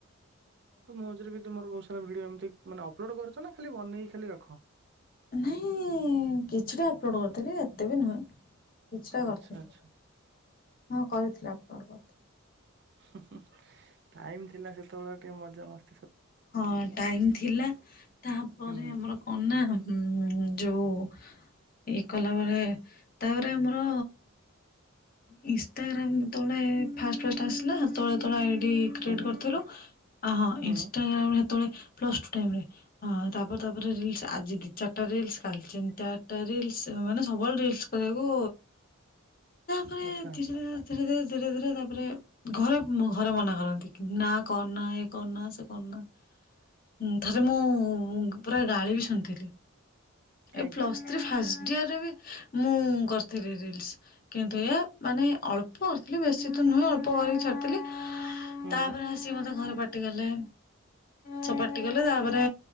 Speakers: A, on the right; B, on the left.
A: ତ ମୋଜରେ ବି ତୁମର ବୋହୁତ ସାରା ଭିଡିଓ ଏମତି ମାନେ ଅପଲୋଡ଼୍ କରୁଚ ନାଁ ଖାଲି ବନେଇ ଖାଲି ରଖ?
B: ନାଇଁ କିଛିଟା ଅପଲୋଡ଼ କରିଥିଲି ଏତେ ବି ନୁହେଁ। କିଛିଟା
A: ଆଚ୍ଛା
B: କରିଥିଲି।
A: ଆଚ୍ଛା
B: ହଁ କରିଥିଲି ଅପଲୋଡ଼ କରିଥିଲି।
A: ହୁଁ ହୁଁ ଟାଇମ ଥିଲା ସେତୋବେଳେ ଟିକେ ମଜା ମସ୍
B: ହଁ ଟାଇମ ଥିଲା ତାପରେ
A: ହୁଁ
B: ଆମର କଣ ନାଁ ଉଁ ଯୋଉ ଇଏ କଲାବେଳେ ତାପରେ ଆମର ଇନଷ୍ଟାଗ୍ରାମ ତଳେ ଫାଷ୍ଟ ଫାଷ୍ଟ ଆସିଲା ହେତୋଳେ ତଳେ ଆଇଡି କ୍ରିଏଟ
A: ହୁଁ ହୁଁ
B: କରିଥିଲୁ। ହଁ
A: ହୁଁ
B: ଇନଷ୍ଟାଗ୍ରାମରେ ହେ ତଳେ ପ୍ଲସ୍ ଟୁ ଟାଇମରେ ହଁ ତାପରେ ତାପରେ ରିଲସ୍ ଆଜି ଦି ଚାରଟା ରିଲସ୍ କାଲି ଚିନ ଚାରଟା ରିଲସ୍ ମାନେ ସବୁବେଳେ ରିଲସ୍ କରିବାକୁ କରେ
A: ଆଚ୍ଛା
B: ଏମତି ଜରୁରତ୍ ଧୀରେ ଧୀରେ ଧୀରେ ଧୀରେ ତାପରେ ଘରେ ମ ଘରେ ମନା କରନ୍ତି କି ନାଁ କରନା ଏ କରନା ସେ କରନା। ଉଁ ଥରେ ମୁଁ ପୁରା ଗାଳି ବି ଶୁଣିଥିଲି।
A: କାହିଁକି
B: ଏ ପ୍ଲସ୍ ଥ୍ରୀ ଫାଷ୍ଟ ଇୟରରେ ବି ମୁଁ କରିଥିଲି ରିଲସ କି ଏଇଆ ମାନେ ଅଳ୍ପ ଅରିଥିଲି ବେଶୀ ତ ନୁହେଁ ଅଳ୍ପ କରିକି ଛାଡ଼ିଥିଲି। ତାପରେ
A: ହୁଁ
B: ଆସି ମତେ ଘରେ ପା ଟି କଲେ। ଛ ପାଟି କଲେ ତାପରେ